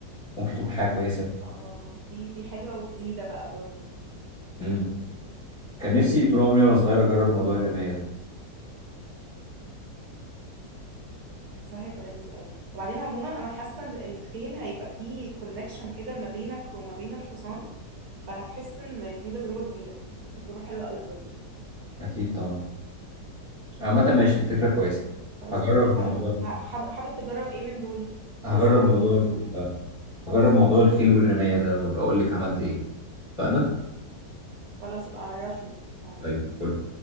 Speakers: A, on the left; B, on the right.
A: ممكن تكون حاجة كويسة
B: اه دي دي حلوة وجديدة بقى برضو
A: مم. كان نفسي طول عمري وانا صغير اجرب موضوع الرماية ده
B: حاسة هيبقى لذيذ قوي وبعدين عموما أنا حاسة إن الخيل هيبقى فيه كونكشن كده ما بينك وما بين الحصان فهتحس إن دي تجربة جديدة تجربة حلوة قوي برضو
A: اكيد طبعا عامة ماشي دي فكرة كويسة
B: خلاص
A: هجرب
B: اتفقنا
A: موضوع ال-
B: ه- حابب حابب تجرب ايه من دول هتسأل
A: هجرب موضوع
B: عن ايه من
A: ال-
B: دول
A: هجرب موضوع الخيل والرماية ده وابقى اقول لك عملت ايه اتفقنا
B: خلاص يبقى عرفني عرفني
A: طيب فل